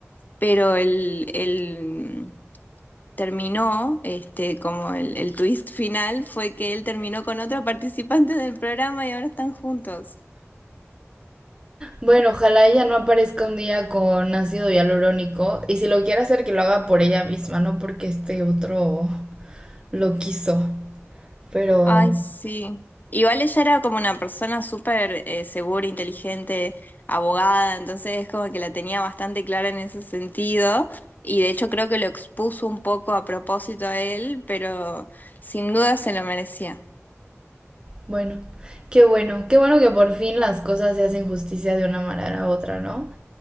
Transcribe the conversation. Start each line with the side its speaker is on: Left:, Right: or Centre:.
Left: Pero el, el- terminó, este, como el, el twist final fue que él terminó con otra participante del programa y ahora están juntos.
Right: Bueno, ojalá ella no aparezca un día con ácido hialurónico. Y si lo quiere hacer, que lo haga por ella misma, no porque este otro lo quiso. Pero
Left: Ay, sí. Igual ella era como una persona súper eh, segura, inteligente, abogada, entonces es como que la tenía bastante clara en ese sentido y de hecho creo que lo expuso un poco a propósito a él, pero sin duda se lo merecía.
Right: bueno, qué bueno, qué bueno que por fin las cosas se hacen justicia de una manera u otra, ¿no?